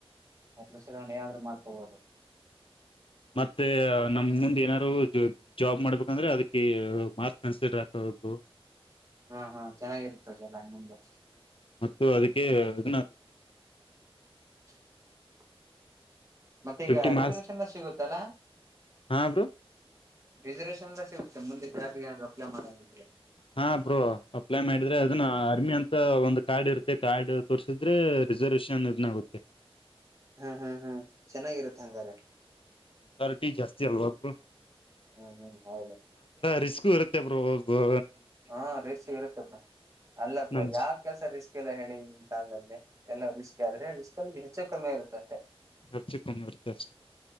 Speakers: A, on the right; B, on the left.
A: ಹತ್ರ ಚಲ ಏನಾದ್ರೂ ಮಾಡ್ಕೊಬೋದು
B: ಮತ್ತೆ ನಮ್ ಮುಂದ್ ಏನಾರು ಜಾಬ್ ಮಾಡ್ಬೇಕಂದ್ರೆ ಅದ ಮಾರ್ ಮಸತ ಹು
A: ಹಾ ಹಾ ಚೆನ್ನಾಗಿರುತ್ತದೆಲ್ಲ ಮುಂದೆ
B: ಸೊ ಅದಕ್ಕೆ ಇದನ್ನಾಗೆ
A: <inaudible> ಮತ್ತ ಈಗ
B: ಫಿಫ್ಟಿ
A: ರಿಸರ್ವೇಶನ್
B: ಮಾರ್ಕ್ಸ್
A: ಎ ಸಿಗುತ್ತಲ್ಲಾ
B: ಹಾ ಬ್ರೋ
A: ರಿಸರ್ವೇಷನ್ ಎಲ್ಲ ಸಿಗುತ್ತೆ ಮುಂದೆ ಜಾರಿಗೆ ಯಾರರು ಅಪ್ ಮಾಡಂಗಿದೆ
B: ಹಾ ಬ್ರೋ ಅಪ್ಲೈ ಮಾಡಿದ್ರೆ ಅದನ್ನ ಆರ್ಮಿ ಅಂತ ಒಂದ್ ಕಾರ್ಡ್ ಇರುತ್ತೆ ಕಾರ್ಡ್ ತೋರ್ಸಿದ್ರೆ ರಿಸರ್ವಷನ್ ಇದನ್ನಗುತ್ತೆ
A: ಹ್ಮ್ ಹ್ಮ್ ಹ್ಮ್ ಚೆನ್ನಾಗಿರುತ್ತೆ ಹಂಗಾರೆ
B: ಕಟಿ ಜಾಸ್ತಿ ಅಲ್ವಾಬ್ರು
A: ಹ್ಮ ಹ್ಮ್ ಹೌದ
B: ರಿಸ್ಕ್ ಇರುತ್ತೆ ಬ್ರ ಹೋಗ
A: ಹಾ ರೇಶ ಇರುತ್ತಲ್ ಅಲ್ಲ ಬ್ರೋ
B: ನಮ್
A: ಯಾವ್ ಕೆಲ್ಸ ರಿಸ್ಕ್ ಇಲ್ಲ ಹೇಳಿ ಈಗಿನ ಕಾಲದಲ್ಲಿ ಎಲ್ಲ ರಿಸ್ಕ್ ಅದ್ರೆ ರಿಸ್ಕಲ್ಲಿ ಹೆಚ್ಚು ಕಮ್ಮಿ ಇರುತ್ತ ಅಷ್ಟೆ
B: ಹ ಚಿಕ್ಕರ್ ಜಷ್ಟ